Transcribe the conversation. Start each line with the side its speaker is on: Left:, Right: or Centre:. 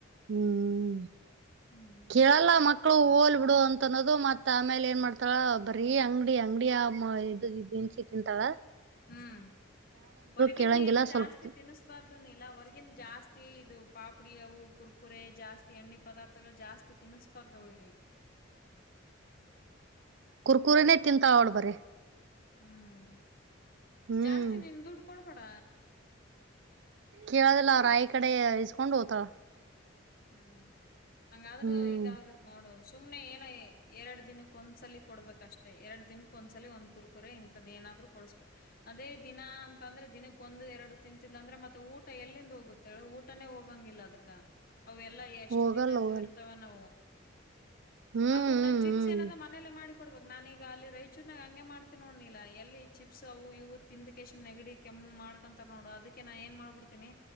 Right: ಹ್ಮ್
Left: ಹ್ಮ್
Right: ಕೇಳಲ್ಲ ಮಕ್ಳು ಮಕ್ಕಳು ಹೋಲ್ ಬಿಡು ಅಂತ ಅನ್ನೋದು ಮತ್ತತ್ ಆಮೇಲೆ ಏನ್ ಮಾಡ್ತಾಳ ಬರೀ ಅಂಗಡಿ ಅಂಗಡಿ ಇದ ಇದೀನಿ ನಿ ತಿಂತಳ
Left: ಹ್ಮ್ ಹೊರ್ಗಿಂದ
Right: ಕೇಳಂಗಿಲ್ಲ
Left: ಏನು ಜಾಸ್ತಿ
Right: ಸ್ವಲ್ಪ
Left: ತಿನಿಸಬಾರ್ದು ಲೀಲಾ ಹೊರಗಿಂದು ಜಾಸ್ತಿ ಇದು ಪಾಪಡಿ ಅವು ಕುರ್ಕುರೆ ಜಾಸ್ತಿ ಎಣ್ಣೆ ಪದಾರ್ಥಗಳು ಜಾಸ್ತಿ ತಿನಿಸ್ ತಿನ್ನಿಸಬಾರದು ಅವಳಿಗೆ
Right: ಕುರ್ಕುರನೇ ತಿಂತಳೆ ಅವಳು ಬರೀ
Left: ಹ್ಮ್
Right: ಹ್ಮ್
Left: ಜಾಸ್ತಿ ನಿನ್ ದುಡ್ ಕೊಡಬೇಡ
Right: ಕೇಳದಿಲ್ಲ ಅವ್ರ್ ಆಯಿ ಕಡೆ ಇಸ್ಕೊಂಡ್ ಹೋಗ್ತಾಳ
Left: ಹ್ಮ್ ಹಂಗದ್ರೆ
Right: ಹ್ಮ್
Left: ಇದಾಗುತ್ತೆ ನೋಡು ಸುಮ್ನೆ ಏನೋ ಎರಡ್ ದಿನಕ್ಕ ಒಂದ್ಸಲ ಕೊಡ್ಬೇಕಷ್ಟೆ ಎರಡ್ ದಿನಕ್ಕ ಒಂದ್ಸಲಿ ಒಂದ್ ಕುರ್ಕುರೆ ಇಂತದ ಏನ ಏನಾದ್ರು ಕೊಡಿಸಬೇಕು ಅದೇ ದಿನ ಅಂತ ಅಂದ್ರೆ ದಿನಕ್ಕ ಒಂದು ಎರಡು ತಿಂತಿಲ್ಲ ಅಂದ್ರೆ ಮತ್ತೆ ಊಟ ಎಲ್ಲಿಂದ ಹೋಗುತ್ತೆ ಊಟನೇ ಹೋಗಂಗಿಲ್ಲ ಅದಕ್ಕ ಅವೆಲ್ಲಾ ಎಷ್ಟ್
Right: ಹೋಗಲ್ಲ
Left: ದಿನದ್ದು
Right: ಹೋಗಲ್ಲ
Left: ಇರ್ತಾವ ಏನೋ
Right: ಹ್ಮ್ ಹ್ಮ್
Left: ಅವನ್ನ ಚಿಪ್ಸ್ ಏನ ಮನೇಲ್ಲ ಮಾಡಿ ಕೊಡ್ಬಬೇಕು ನಾನ ಈಗ ಅಲ್ಲಿ ರೈಚೂರ್ನಾಗ ಹಂಗೆ ಮಾಡ್ತೀನಿ ನೋಡು ಲೀಲಾ ಎಲ್ಲಿ ಚಿಪ್ಸ್ ಅವು ಇವು ತಿಂದ್ ಕೆಮ್ಮು ನೆಗಡಿ ಕೆ ಮಾಡ್ಕೊಂತಾರ ನೋಡು ಅದಕ್ಕೆ ನಾ ಏನ್ ಮಾಡ್ಬಿಡ್ತೀನಿ